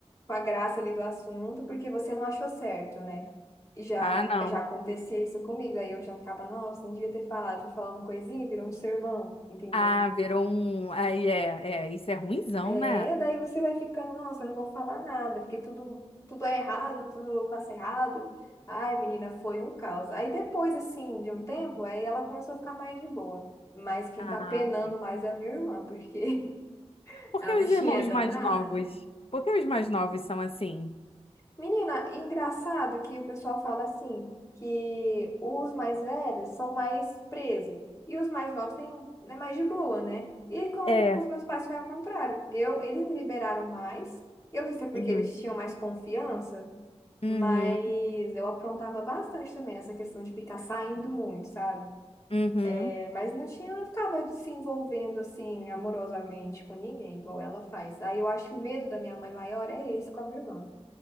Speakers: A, on the left; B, on the left.
A: com a graça ali do assunto, porque você não achou certo, né? Já,
B: Ah, não.
A: já acontecia isso comigo, aí eu já ficava, nossa, não devia ter falado, fui falar uma coisinha, virou um sermão, entendeu?
B: Ah, virou um. Aí é, é, isso é ruinzão,
A: É,
B: né?
A: daí você vai ficando, nossa, eu não vou falar nada, porque tudo, tudo é errado, tudo eu faço errado. Ai, menina, foi um caos. Aí depois, assim, de um tempo, aí ela começou a ficar mais de boa. Mas quem
B: Ah,
A: tá penando mais é a minha irmã, porque <laughs>
B: Por
A: a
B: que os
A: bichinha
B: irmãos
A: é danada.
B: mais novos? Por que os mais novos são assim?
A: Menina, engraçado que o pessoal fala assim, que os mais velhos são mais presos e os mais novos têm, é mais de boa, né? E com,
B: É.
A: com os meus pais foi ao contrário. Eu, eles me liberaram mais. Eu não sei se é porque
B: Uhum.
A: eles tinham mais confiança,
B: Uhum.
A: mas eu aprontava bastante também nessa questão de ficar saindo muito, sabe?
B: Uhum.
A: É, mas não tinha, não ficava se envolvendo assim amorosamente com ninguém, igual ela faz. Aí eu acho que o medo da minha mãe maior é esse com a minha irmã.